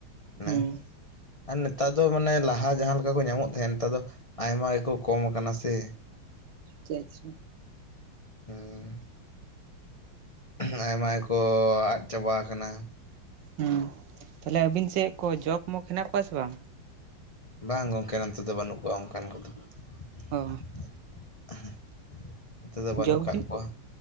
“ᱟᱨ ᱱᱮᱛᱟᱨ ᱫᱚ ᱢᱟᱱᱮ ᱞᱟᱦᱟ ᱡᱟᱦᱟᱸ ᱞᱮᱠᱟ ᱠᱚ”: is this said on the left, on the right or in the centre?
Left